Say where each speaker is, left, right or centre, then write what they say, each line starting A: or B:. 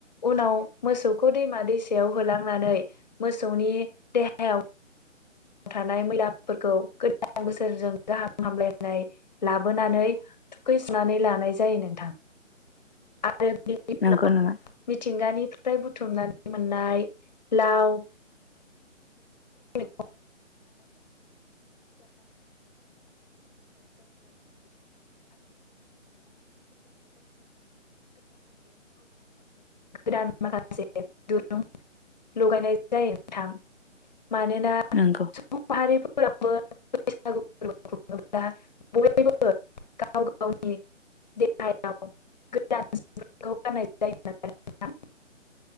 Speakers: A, on the left; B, on the left.
A: उनाव मोसौखौ दैमा दैसायाव होलांनानै मोसौनि देहायाव थानाय मैलाफोरखौ गोद दान बोसोरजों गाहाम हामलायनाय लाबोनानै थुखैसुनानै लानाय जायो नोंथां। आरो बिनि
B: नंगौ
A: उनाव
B: नङा
A: मिथिंगानि फ्राय बुथुमनानै मोननाय लाव <unintelligible> गोदान माखासे दुरुं लगायनाय जायो नोंथां मानोना <unintelligible>
B: नंगौ
A: <inaudible>